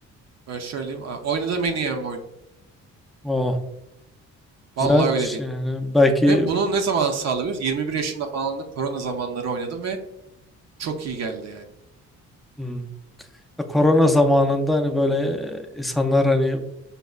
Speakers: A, on the right; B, in the centre.
A: e, şöyle diyeyim. a, Oynadığım en iyi MMO'ydu.
B: o güzelmiş
A: Vallahi öyle diyeyim.
B: yani. Belki
A: Ve bunu ne zaman sağlayabiliyoruz? 21 yaşında falan da korona zamanları oynadım ve çok iyi geldi yani.
B: hmm, korona zamanında hani böyle insanlar hani